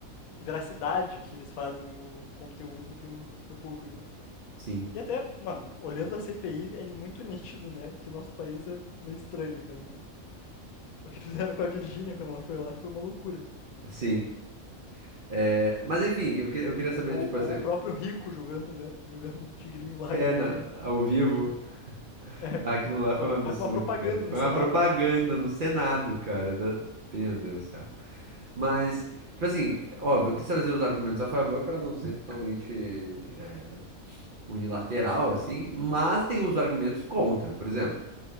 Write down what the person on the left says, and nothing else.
veracidade que eles fazem o conteúdo pro, pro público.
E até, mano, olhando a CPI, é muito nítido, né? Que o nosso país é meio estranho, né, mano? O que fizeram com a Virgínia quando ela foi lá foi uma loucura.
Ou,
ou
o próprio Rico jogando, né? Jogando o tigrinho lá
e ganhando
dinheiro.
É,
quase uma propaganda
no
Senado.
Sim,